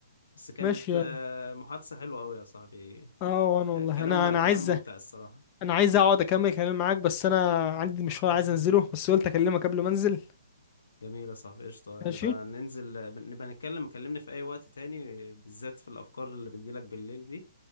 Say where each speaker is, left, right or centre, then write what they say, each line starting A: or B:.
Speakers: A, on the left; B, on the left.
A: بس كانت
B: ماشي يا-
A: آه، محادثة حلوة قوي يا صاحبي
B: اه وانا والله
A: آه، كلام
B: انا انا
A: كلام
B: عايز
A: ممتع الصراحة
B: انا عايز اقعد اكمل كلام معاك بس انا عندي مشوار عايز انزله بس قلت اكلمك قبل ما انزل
A: جميلة صح قشطة نبقى
B: ماشي
A: ننزل نبقى نتكلم كلمني في أي وقت تاني بالذات في الأفكار اللي بتجيلك بالليل دي